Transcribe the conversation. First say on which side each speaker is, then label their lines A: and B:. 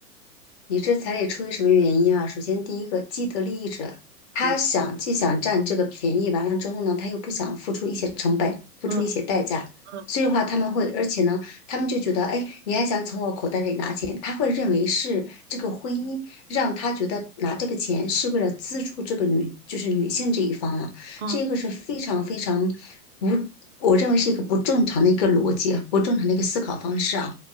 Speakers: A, on the left; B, on the right.
A: 理智彩礼出于什么原因啊？首先，第一个既得利益者，他想既想占这个便宜，
B: 嗯
A: 完了之后呢，他又不想付出一些成本，付出一些代价，
B: 嗯嗯
A: 所以的话他们会，而且呢，他们就觉得，哎，你还想从我口袋里拿钱？他会认为是这个婚姻让他觉得拿这个钱是为了资助这个女，就是女性这一方了、
B: 嗯
A: 这个是非常非常不，我认为是一个不正常的一个逻辑啊，不正常的一个思考方式啊。